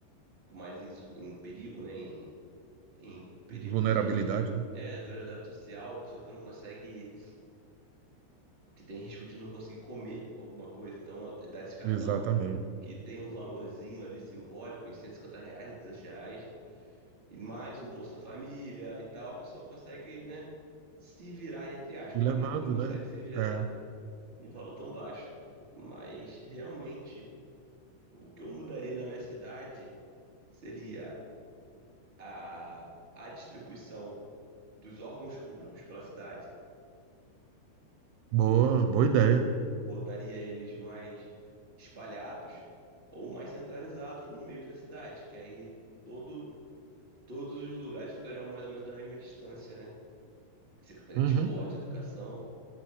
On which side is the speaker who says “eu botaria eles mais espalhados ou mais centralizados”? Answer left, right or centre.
Right